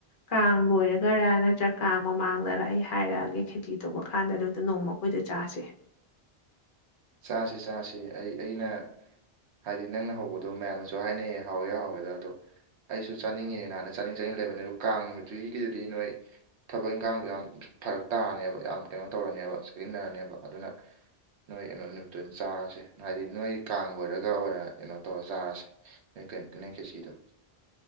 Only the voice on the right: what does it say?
<inaudible> ꯆꯥꯁꯤ ꯆꯥꯁꯤ ꯑꯩ ꯑꯩꯅ ꯍꯥꯏꯗꯤ ꯅꯪꯅ ꯍꯧꯕꯗꯣ ꯃꯌꯥꯝꯅꯁꯨ ꯍꯥꯏꯅꯩꯌꯦ ꯍꯥꯎꯋꯦ ꯍꯥꯎꯋꯦꯗ ꯑꯗꯣ ꯑꯩꯁꯨ ꯆꯥꯅꯤꯡꯉꯤꯅꯦꯅꯍꯥꯟꯅ ꯆꯥꯅꯤꯡ ꯆꯥꯅꯤꯡ ꯂꯩꯕꯅꯤ ꯑꯗꯨ ꯀꯥꯡ ꯅꯨꯃꯤꯠꯇꯨꯒꯤꯗꯨꯗꯤ ꯅꯣꯏ ꯊꯕꯛ ꯏꯟꯈꯥꯡꯗꯣ ꯌꯥꯝ ꯐꯔꯛ ꯇꯥꯔꯅꯦꯕ ꯌꯥꯝ ꯀꯩꯅꯣ ꯇꯧꯔꯅꯦꯕ ꯁꯤꯖꯤꯟꯅꯔꯅꯦꯕ ꯑꯗꯨꯅ ꯅꯣꯏ ꯑꯦꯩꯅꯣꯝ ꯅꯨꯃꯤꯠꯇꯨ ꯑꯣꯏꯅ ꯆꯥꯔꯁꯦ ꯍꯥꯏꯗꯤ ꯅꯣꯏ ꯀꯥꯡꯒꯣꯏꯔꯒ ꯑꯣꯏꯔ ꯀꯩꯅꯣ ꯇꯧꯔ ꯆꯥꯔꯁꯤꯦ ꯅꯣꯏ ꯀꯩꯅꯣ ꯅꯦ ꯀꯦꯁꯤꯗ